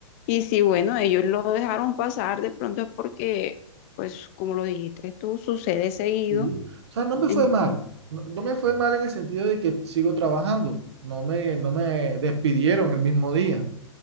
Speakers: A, on the left; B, on the right.
A: Y si, bueno, ellos lo dejaron pasar, de pronto es porque, pues como lo dijiste tú, sucede seguido.
B: Sí, o sea, no me
A: Entonces,
B: fue mal. No, no me fue mal en el sentido de que sigo trabajando. No me, no me despidieron el mismo día.